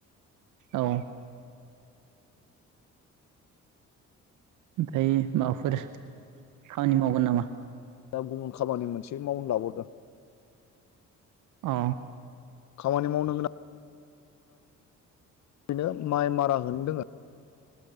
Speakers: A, on the right; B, on the left.
A: औ। ओमफाय माबाफोर खामानि मावगोन नामा?
B: दा गुबुन खामानि मोनसे मावनो लाबावदों।
A: औ।
B: खामानि मावनो गोनां बेनो माइ मारा होनो दोङो।